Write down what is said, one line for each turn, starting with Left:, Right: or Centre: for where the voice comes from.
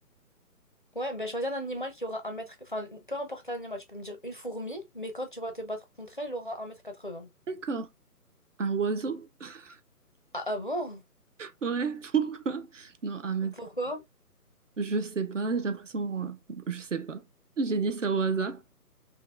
Left: Ouais, ben choisis un animal qui aura un mètre, enfin peu importe l'animal, tu peux me dire une fourmi, mais quand tu vas te battre contre elle, elle aura 1m80.
Right: D'accord. Un oiseau? <laughs>
Left: Ah, ah bon?
Right: Ouais, pourquoi? Non, un mètre
Left: Pourquoi?
Right: Je sais pas, j'ai l'impression... euh, Je sais pas. J'ai dit ça au hasard.